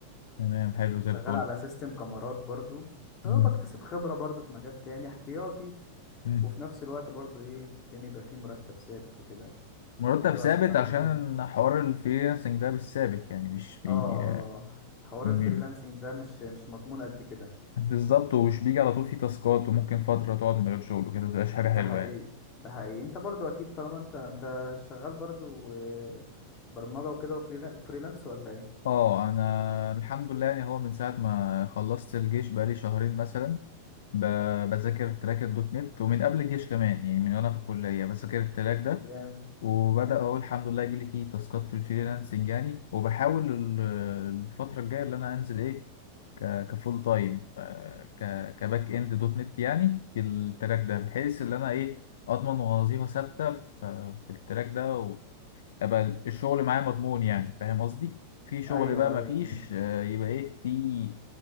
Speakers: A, on the left (about 60°); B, on the left (about 30°).
A: تمام حلو زي
B: شغال
A: الفل
B: على سيستم كاميرات برضو
A: مم.
B: هو بكتسب خبرة برضو في مجال تاني احتياطي
A: مم.
B: وفي نفس الوقت برضو ايه عشان يبقى فيه مرتب ثابت وكده
A: مرتب
B: موضوع
A: ثابت
B: الصراحة
A: عشان
B: ده-
A: حوار الفريلانسنج ده مش ثابت يعني مش بي
B: اه اه حوار
A: م-
B: الفريلانسنج ده مش مش مضمون قد كده
A: بالظبط ومش بيجي على طول فيه تاسكات وممكن فترة تقعد من غير شغل وكده متبقاش حاجة
B: ده
A: حلوة
B: حقيقي
A: يعني
B: ده حقيقي انت برضو اكيد طالما انت انت شغال برضو آه، برمجة وكده وفريلانس ولا ايه
A: اه انا الحمد لله يعني هو من ساعه ما خلصت الجيش بقالي شهرين مثلا ب- بذاكر تراك الدوت نت ومن قبل الجيش كمان يعني من وانا في الكليه بذاكر التراك ده
B: جامد
A: وبدا
B: حلو
A: اهو الحمد لله يجيلي فيه تاسكات في الفريلانسنج يعني وبحاول ال- الفتره الجايه اللي انا انزل ايه ك- كفول تايم آه، ك- كباك اند دوت نت يعني في التراك ده بحيث ان انا ايه اضمن وظيفه ثابته في في التراك ده ابقى الشغل معايا مضمون يعني فاهم قصدي في شغل
B: ايوه
A: بقى
B: ايوه
A: ما فيش
B: ايوه
A: آه، يبقى ايه في